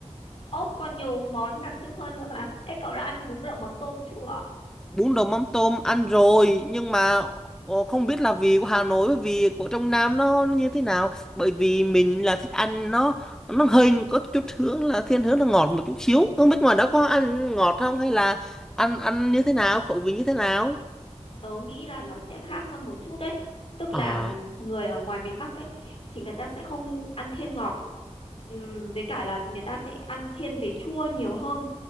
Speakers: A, on the left; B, in the centre.
A: ốc còn nhiều món đặc trưng hơn nữa mà thế cậu đã ăn bún đậu mắm tôm chưa
B: bún đậu mắm tôm ăn rồi nhưng mà ờ, không biết là vị của Hà Nội với vị của trong Nam nó, nó như thế nào bởi vì mình là thích ăn nó nó hơi có chút hướng là thiên hướng là ngọt một chút xíu không biết ngoài đó có ăn ngọt không hay là ăn ăn như thế nào khẩu vị như thế nào
A: tớ nghĩ là nó sẽ khác hơn một chút đấy tức
B: Ờ,
A: là ừm, người ở ngoài miền Bắc ấy thì người ta sẽ không ăn thiên ngọt Ừm, với cả là người ta sẽ ăn thiên về chua nhiều hơn